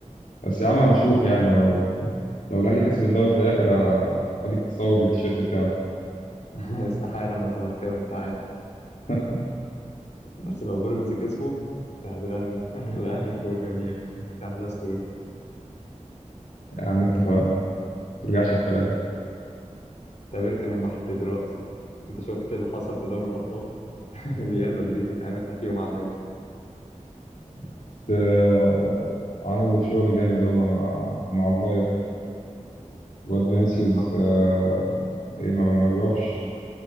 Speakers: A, on the left (about 85°); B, on the left (about 65°).
A: بس يا عم هنشوف يعني لو لو الأهلي كسب الدوري في الآخر ه- هخليك تتصور بالتيشيرت بتاعه
B: <laughs> استحاله انا زملكاوي انت عارف
A: <laughs>
B: بس لو بيراميدز كسبوا انت هتغني <laughs> انا الاهلي فوق الجميع <laughs> وتعملها ستوري
A: يا عم اتفقنا ما ترجعش في كلام
B: تعتبر كان المحل دلوقتي انت شفت اللي حصل في دوري الابطال <laughs> ريال مدريد بتعمل فيهم عمايل
A: بس آه، عملوا شغل جامد هما مع مع البايرن واد فينيسيوس
B: اه
A: آه، ايه ما ما بيقفش